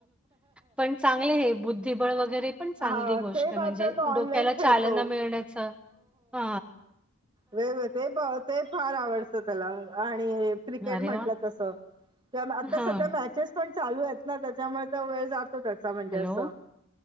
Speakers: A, in the centre; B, on the right.
A: पण चांगले हे. बुद्धिबळ वगैरे पण चांगली
B: हा
A: गोष्टय
B: ते मात्र
A: म्हणजे.
B: तो ऑनलाईन
A: डोक्याला चालना
B: खेळतो
A: मिळण्याच. ह.
B: वेळ ते प ते फार आवडतं त्याला. आणि हे क्रिकेट
A: अरे
B: म्हटलं
A: वाह!
B: तस. त्या आता
A: हां,
B: सध्या मॅचेस पण चालू आहेत ना. त्याच्यामुळे तर वेळ जातो त्याचा. म्हणजे
A: हॅलो,
B: असं.